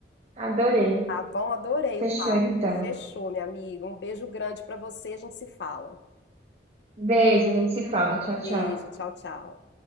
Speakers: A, on the right (about 35°); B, on the left (about 80°).
A: Adorei.
B: Tá bom? Adorei
A: Fechou
B: o papo.
A: então.
B: Fechou, minha amiga. Um beijo grande pra você. A gente se fala.
A: Beijo, a gente se fala. Tchau, tchau.
B: Beijo, tchau, tchau.